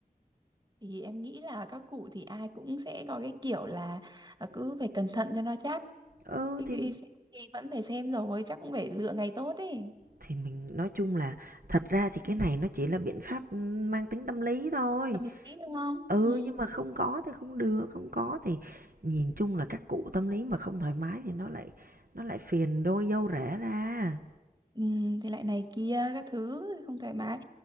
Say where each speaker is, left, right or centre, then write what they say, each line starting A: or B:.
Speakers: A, on the right; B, on the right.
A: Thì em nghĩ là các cụ thì ai cũng sẽ có cái kiểu là à, cứ phải cẩn thận cho nó chắc.
B: Ừ,
A: Cái,
B: thì
A: cái xem thì vẫn phải xem rồi, chắc cũng phải lựa ngày tốt ấy.
B: thì mình nói chung là thật ra thì cái này nó chỉ là biện pháp, ừ, mang tính tâm lý thôi.
A: Tâm lý đúng không?
B: Ừ,
A: Ừ.
B: nhưng mà không có thì không được, không có thì nhìn chung là các cụ tâm lý mà không thoải mái thì nó lại nó lại phiền đôi dâu rẻ ra.
A: Ừ, thì lại này kia các thứ không thoải mái